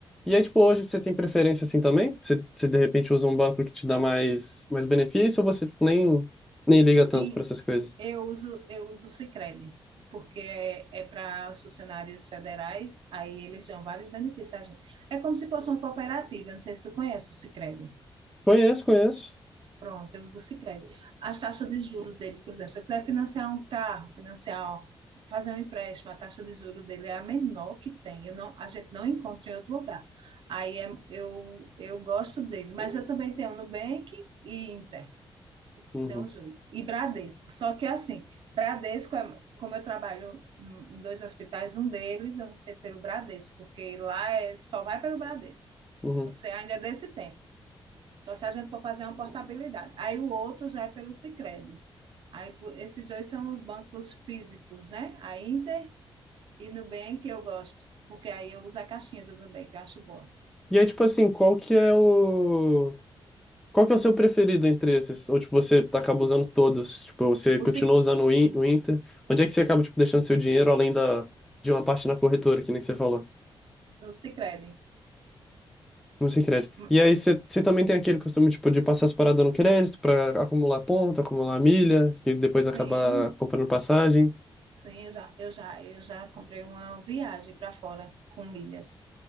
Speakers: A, in the centre; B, on the right (about 65°).
A: E aí, tipo, hoje você tem preferência assim também? Você, você de repente usa um banco que te dá mais, mais benefício ou você, tipo, nem, nem liga
B: Sim,
A: tanto pra essas coisas?
B: eu uso, eu uso o Sicredi, porque é, é para os funcionários federais, aí eles dão vários benefícios a gente. É como se fosse uma cooperativa, eu não sei se tu conhece o Sicredi.
A: Conheço, conheço.
B: Pronto, eu uso o Sicredi. As taxas de juros deles, por exemplo, se eu quiser financiar um carro, financiar, fazer um empréstimo, a taxa de juros dele é a menor que tem. Eu não, a gente não encontra em outro lugar. Aí é- eu, eu gosto dele, mas eu também tenho Nubank e Inter.
A: Uhum,
B: Tem os dois. E Bradesco. Só que assim, Bradesco, é- como eu trabalho hum, em dois hospitais, um deles eu recebo pelo Bradesco, porque lá é, só vai pelo Bradesco.
A: uhum.
B: Não sei, ainda é desse tempo. Só se a gente for fazer uma portabilidade. Aí o outro já é pelo Sicredi. Aí por- esses dois são os bancos físicos, né? A Inter e Nubank eu gosto, porque aí eu uso a caixinha do Nubank, eu acho boa.
A: E aí, tipo assim, qual que é o... Qual que é o seu preferido entre esses? Ou, tipo, você tá- acaba usando todos? Tipo, você
B: O
A: continua
B: Sic,
A: usando o In- o Inter? Onde é que você acaba, tipo, deixando seu dinheiro além da, de uma parte na corretora, que nem você falou?
B: no Sicredi.
A: Música e crédito.
B: Hum,
A: E aí você também tem aquele costume, tipo, de passar as paradas no crédito pra acumular ponto, acumular milha, e depois
B: Sim,
A: acabar comprando passagem.
B: Sim, eu já, eu já, eu já comprei uma viagem para fora com milhas.